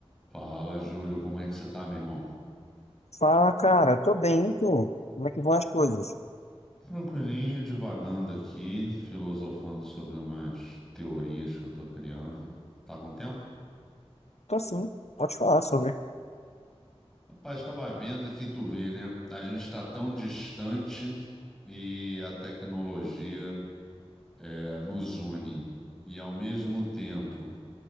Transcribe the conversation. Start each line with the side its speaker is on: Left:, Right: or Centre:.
Centre: Fala, Júlio, como é que você tá, meu irmão?
Left: Fala, cara, tô bem, e tu? Como é que vão as coisas?
Centre: Tranquilinho, divagando aqui, filosofando sobre umas teorias que eu tô criando. Tá com tempo?
Left: Tô sim, pode falar sobre.
Centre: Rapaz, tava vendo que tu vê, né? A gente tá tão distante e a tecnologia é, nos une. E ao mesmo tempo,